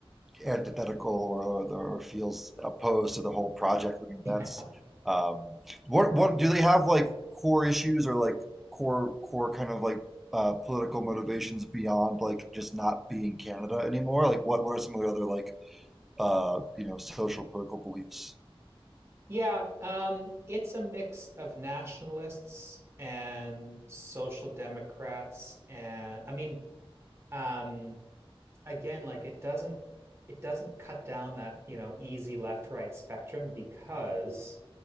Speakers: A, in the centre; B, on the right (about 25°).
A: antithetical or, or or feels opposed to the whole project. I mean,
B: Yeah.
A: that's um, what what do they have like core issues or like core core kind of like uh, political motivations beyond like just not being Canada anymore? Like, what what are some of their other like uh, you know social political beliefs?
B: Yeah, um, it's a mix of nationalists and social democrats and I mean, um, again, like it doesn't it doesn't cut down that, you know, easy left right spectrum because